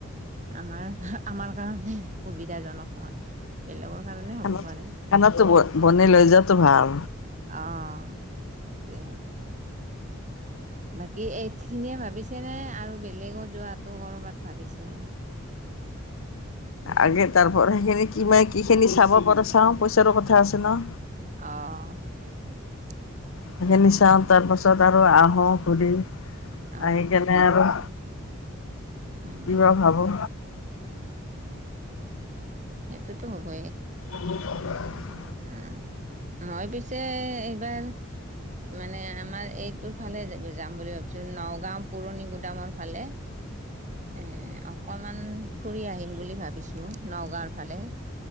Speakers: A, on the right; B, on the left.
A: আমাৰ আমাৰ কাৰণে সুবিধাজনক নহয় বেলেগৰ কাৰণে হ'ব
B: খানাত
A: পাৰে
B: খানাতো ব বনাই লৈ যোৱাতটো ভাল।
A: অ সয়া। বাকী এই খিনিয়ে ভাবিছে নাই আৰু বেলেগত যোৱাতটো কৰবাত ভাবিছে।
B: আগে তাৰ পৰা সেইখিনি কি কি খিনি চাব পাৰ চাও পইচাৰো কথা আছে ন।
A: আহ অঁ
B: সেইখিনি চাওঁ তাৰপাছত আৰু আহোঁ ঘূৰি
A: অ
B: আহি কেনে আৰু
A: উম
B: কিবা ভাবোঁ।
A: সেইঁটোতো হ'বেই
B: উম।
A: অ মই পিছে এইবাৰ মানে আমাৰ এইটোৰ ফালে যাম বুলি ভাবিছো নগাও পুৰণি গোদামৰ ফালে এ অকমান ফুৰি আহিম বুলি ভাবিছো নগাঁওৰ ফালে